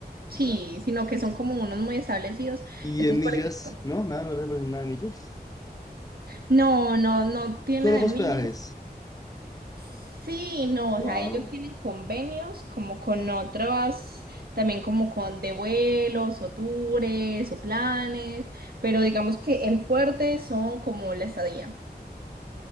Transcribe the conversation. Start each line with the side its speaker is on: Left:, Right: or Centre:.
Right: sí,
Left: Ya.
Right: sino que son como unos muy establecidos.
Left: Y
Right: Entonces,
Left: en millas,
Right: por ejemplo.
Left: ¿no? Nada, no representan nada de millas.
Right: No, no, no tiene
Left: Solo
Right: de
Left: fue
Right: millas.
Left: hospedajes.
Right: Sí, no,
Left: Wow.
Right: o sea, ellos tienen convenios como con otras, también como con de vuelos o tours o planes, pero digamos que el fuerte son como la estadía.